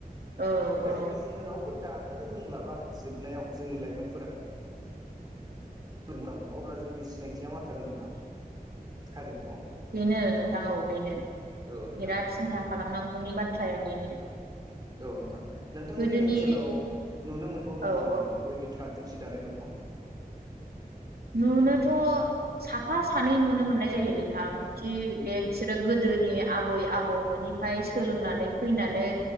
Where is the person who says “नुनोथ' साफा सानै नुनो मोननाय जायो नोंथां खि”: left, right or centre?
Right